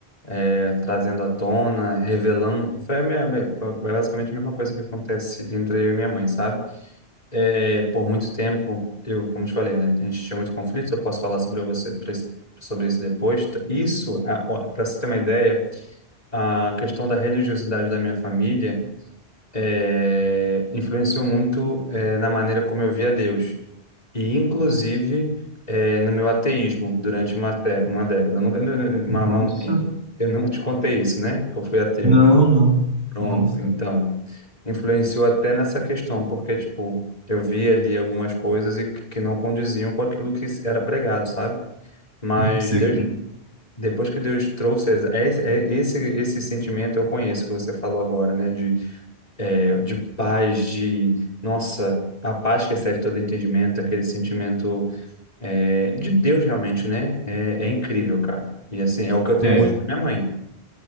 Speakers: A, on the left; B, on the right.
A: é, trazendo à tona, revelando. Foi a minha, minha- foi basicamente a mesma coisa que acontece entre eu e minha mãe, sabe? É, por muito tempo, eu, como te falei, né? A gente tinha muito conflito, eu posso falar sobre você, pra esse- sobre isso depois. Isso, para você ter uma ideia, a questão da religiosidade da minha família eh, influenciou muito eh, na maneira como eu via Deus e inclusive eh, no meu ateísmo durante uma, te- uma década, Eu nunca, nu- uma,
B: Nossa.
A: uma- um tempo. Eu não te contei isso, né? Que eu fui ateu.
B: Não, não.
A: Pronto,
B: Nossa.
A: então influenciou até nessa questão, porque tipo eu vi ali algumas coisas e que que não condiziam com aquilo que era pregado, sabe? Mas
B: Você-
A: Deus, depois que Deus trouxe essa- é esse, é esse esse sentimento eu conheço que você falou agora, né? De é, de paz, de, nossa, a paz que excede todo entendimento, aquele sentimento é, de Deus realmente, né? É, é incrível, cara. E assim, é o que eu tenho
B: É,
A: hoje com minha mãe.